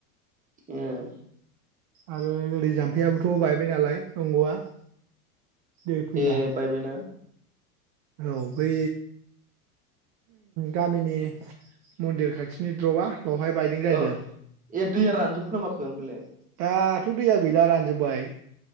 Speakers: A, on the right (about 15°); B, on the right (about 40°).
A: उम
B: आरो ओरै जाम्फैयाबोथ बायबाय नालाय दंगआ। दै फैला
A: ए बायबायना।
B: औ बै गामिनि मन्दिर खाथिनि द्रपआ बावहाय बायदों जाहैदों।
A: औ ए दैआ रानजोबखोना माखो ओमफ्रायलाय?
B: दाथ दैया गैला रानजोब्बाय।